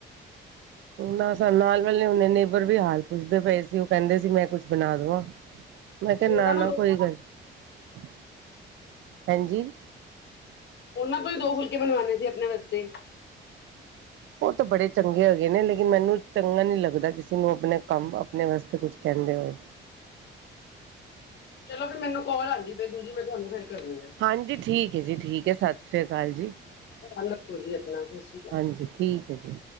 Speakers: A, on the right; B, on the left.
A: ਨਾ ਨਾਲ ਵਾਲੇ ਹੁਨੇ ਨੇਬਰ ਵੀ ਹਾਲ ਪੁੱਛਦੇ ਪਏ ਸੀ, ਉਹ ਕੇਂਦੇ ਸੀ ਮੈਂ ਕੁਛ ਬਣਾ ਦਵਾਂ?
B: <inaudible>
A: ਮੈਂ ਕਿਹਾ
B: ਉਹਨਾਂ
A: ਨਾ ਨਾ
B: ਨੂੰ ਦੋ
A: ਕੋਈ ਗੱਲ ਨੀ। ਹਾਂਜੀ
B: ਉਹਨਾਂ ਤੋਂ ਦੋ ਫੁਲਕੇ ਬਨਵਾਨੇ ਸੀ ਅਪਨੇ ਵਾਸਤੇ
A: ਉਹ ਤਾਂ ਬੜੇ ਚੰਗੇ ਹੈਗੇ ਨੇ। ਲੇਕਿਨ ਮੈਨੂੰ ਚੰਗਾ ਨੀ ਲੱਗਦਾ ਕਿਸੇ ਨੂੰ ਆਪਨੇ ਕੰਮ, ਆਪਨੇ ਵਾਸਤੇ ਕੁਛ ਕੇਂਦੇ ਹੋਏ
B: ਚਲੋ ਫੇਰ ਮੈਨੂੰ ਕੋਲ ਆਂਦੀ ਪਈ ਦੂਜੀ ਮੈਂ ਤੁਹਾਨੂੰ ਫੇਰ ਕਰਨੀ ਆ।
A: ਹਾਂਜੀ ਠੀਕ ਏ ਜੀ, ਠੀਕ ਏ ਸਤਿ ਸ਼੍ਰੀ ਅਕਾਲ ਜੀ।
B: <unintelligible> ਆਪਣਾ ਦੱਸ?
A: ਹਾਂਜੀ ਠੀਕ ਹੈ ਜੀ